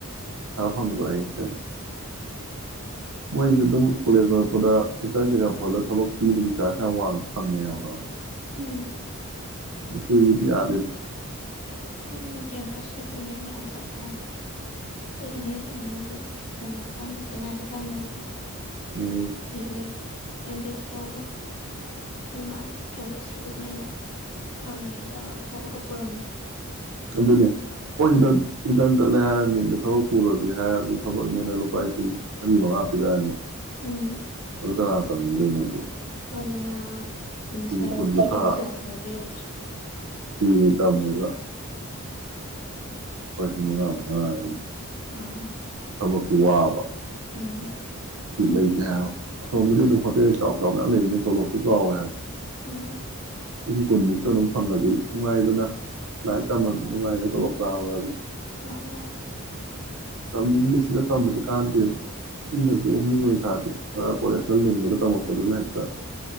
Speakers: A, on the right (about 80°); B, on the left (about 75°).
A: ꯄꯩꯁꯥ ꯐꯪꯕ ꯑꯩ ꯀꯔꯤ ꯃꯣꯏꯁꯨꯦ ꯑꯗꯨꯝ ꯀꯣꯂꯦꯖ ꯂꯣꯏꯔꯛꯄꯗ ꯏꯟꯇꯔꯟ ꯀꯩꯀꯥ ꯐꯣꯍꯜꯂꯒ ꯊꯕꯛ ꯄꯤꯕꯒꯤ ꯆꯥꯟꯁ ꯌꯥꯝ ꯋꯥꯡꯅ ꯐꯪꯉꯦꯕ
B: ꯎꯝ
A: ꯀꯣꯏꯒꯤꯗꯤ ꯌꯥꯗꯅ
B: ꯃꯣꯏ ꯃꯣꯏ ꯀꯦꯝꯄꯁ ꯔꯤꯀ꯭ꯔꯨꯠꯃꯦꯟ ꯉ ꯆꯠꯂꯦ ꯍꯥꯏꯕꯅꯤ ꯑꯩꯈꯣꯏ ꯏꯅꯦꯁꯤꯡ ꯑꯃꯁꯨ ꯀꯩꯅꯣꯗ ꯇꯝꯃꯦ ꯆꯦꯟꯅꯥꯏꯗ ꯇꯝꯃꯦꯕꯀꯣ
A: ꯎꯝ
B: ꯕꯤꯕꯤꯗꯣ ꯑꯦꯝ ꯕꯤ ꯑꯦꯁꯨ ꯇꯧꯈ꯭ꯔꯕꯅꯤ ꯑꯗꯨ ꯃꯥꯗꯤ ꯀꯦꯝꯄꯁ ꯔꯤꯀ꯭ꯔꯨꯏꯠꯃꯦꯟꯗ ꯐꯪꯉꯦꯅ ꯇꯧꯔꯒ ꯊ ꯄꯨꯔꯝꯕꯅꯤ
A: ꯑꯗꯨꯅꯦ ꯑꯩꯈꯣꯏ ꯁꯤꯗ ꯏꯇꯔꯟ ꯆꯠꯂꯦ ꯍꯥꯏꯔꯅꯤ ꯑꯗ ꯊꯕꯛ ꯄꯨꯔꯁꯦ ꯍꯥꯏꯔꯗꯤ ꯊꯕꯛꯅꯦꯅ ꯂꯨꯄꯥ ꯂꯤꯁꯤꯡ ꯃꯔꯤ ꯃꯉꯥ ꯄꯤꯔꯛꯑꯅꯤ
B: ꯎꯝ
A: ꯔꯥꯃꯤꯅꯤ
B: ꯁꯣꯝꯗꯅ ꯁꯦꯃꯤꯁꯇꯔ
A: ꯀꯨꯟ ꯀꯨꯟꯊ꯭ꯔꯥ
B: ꯑꯝꯗ ꯊꯤꯔ ꯄꯩꯁꯥꯗꯨ ꯐꯥꯎꯕ ꯌꯧꯗ꯭ꯔꯦ
A: ꯎꯝ ꯇꯝꯃꯒ ꯄꯁꯤꯡ ꯃꯉꯥ ꯃꯉꯥ ꯍꯥꯏ
B: ꯑꯥ
A: ꯊꯕꯛꯁꯨ ꯋꯥ ꯋꯥ ꯑꯣ
B: ꯎꯝ
A: ꯂꯩꯇꯦ ꯍꯥꯏꯕ ꯑꯁꯣꯝꯗꯗꯤ ꯑꯗꯨꯝ ꯍꯣꯇꯦꯜ ꯆꯥꯎ-ꯆꯥꯎ ꯃꯌꯥꯝ ꯂꯩꯕꯅꯤ ꯇꯣꯂꯣꯞꯁꯨ ꯆꯥꯎꯋꯦ ꯍꯥꯏꯕ꯫
B: ꯎꯝ
A: ꯑꯗꯨ ꯀꯣꯟꯃꯨꯛ ꯑꯗꯨꯝ ꯐꯪꯉꯁꯨ ꯅꯨꯡꯉꯥꯏꯗꯅ꯫ ꯂꯥꯏꯔꯤꯛ ꯇꯝꯕꯁꯨ ꯅꯨꯡꯉꯥꯏꯔꯦ꯫ ꯇꫭꯂꫭꯞ ꯆꯥꯕꯒꯁꯦ
B: ꯃꯥꯅꯤ-ꯃꯥꯅꯤ꯫
A: <inaudible> ꯇꯝꯅꯤꯡꯗꯦ ꯁꯤꯗ ꯇꯝꯝꯕꯗꯤ ꯀꯥꯟꯅꯗꯦꯕ꯫ ꯃꯤꯅꯁꯨ ꯑꯣꯛꯅꯤꯡ ꯑꯣꯏꯅ ꯊꯥꯗꯦ ꯈꯔ ꯀꯣꯂꯦꯁ ꯈꯔ ꯂꯤꯡꯕꯗ ꯇꯝꯃꯛꯄꯗꯨꯅ ꯍꯦꯛꯇ